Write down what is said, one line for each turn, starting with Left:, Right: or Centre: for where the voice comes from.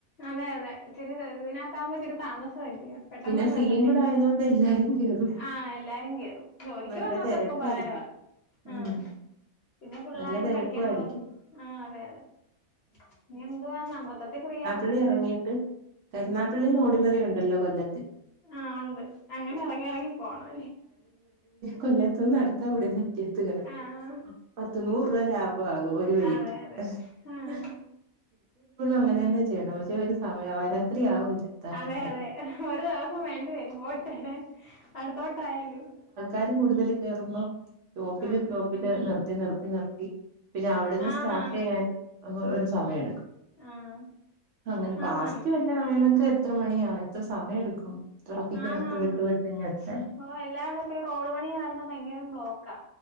Left: അതെ അതെ ഇച്ചിരി ഇതിനകത്താവുമ്പോ ഇച്ചിരി താമസി <unintelligible> പെട്ടെന്നൊന്നും
Right: പിന്നെ ഫ്രീയും
Left: എത്തത്തില്ല
Right: കൂടെ ആയതുകൊണ്ട് എല്ലാരും കേറും
Left: ആ എല്ലാരും കേറും ജോലിക്ക്
Right: നല്ല
Left: പോന്നവർക്കൊക്കെ
Right: തിരക്കായിരിക്കും
Left: ഉപകാരവാ ആ
Right: ഉം
Left: പിന്നെ പിള്ളാരും
Right: നല്ല തിരക്കും
Left: പഠിക്കാൻ
Right: ആയിരിക്കും
Left: പോകും ആ അതെ അതെ ഇനി എന്തുവാന്ന മൊത്തത്തി ഫ്രീയാ
Right: പള്ളി ഇറങ്ങിട്ട് കരുനാപ്പള്ളിന്ന് ഓർഡിനറി ഉണ്ടല്ലോ കൊല്ല
Left: ആ ഉണ്ട് അങ്ങനെ എറങ്ങി എറങ്ങി പോണം
Right: കൊല്ലത്തൂന്ന് നട അവിടെ <unintelligible>
Left: ആഹ്
Right: പത്ത് നൂറ് രൂപ ലാഭ ആകും ഒരു വഴിക്ക്
Left: അതെ അതെ
Right: <unintelligible>
Left: ആഹ്
Right: അങ്ങനെ തന്നെ ചെയ്യണം പക്ഷെ ഒരെ ഒരു <unintelligible> എത്താനെന്നേ
Left: അതെ അതെ
Right: ഉള്ളൂ.
Left: ഒരു ദിവസം വേണ്ടി വരും പോയിട്ടരെ അടുത്തോട്ടായാലും
Right: <unintelligible> കൂടുതല് കേറുമ്പോ ടോപ്പില്
Left: ആഹ്
Right: ടോപ്പില് നിർത്തി നിർത്തി നിർത്തി പിന്നെ അവിടെന്ന്
Left: ആന്നാന്ന്
Right: സ്റ്റാർട്ട് ചെയ്യാൻ ഒര് സമയ എട്ക്കും
Left: ആഹ്
Right: അങ്ങനെ പാസ്റ്റ്
Left: ആന്നാന്ന്
Right: എല്ലാം ആയണൊക്കെ എത്ര മണിയാ എത്ര സമയം എട്ക്കും ട്രാഫിക്കിനകത്ത്
Left: ആന്നാന്ന്
Right: വെട്ടുവെട്ട് ഇങ്ങെത്താൻ
Left: ഓ എല്ലായിടും റോഡ് പണികാരണം ഭയങ്കരം ബ്ലോക്കാ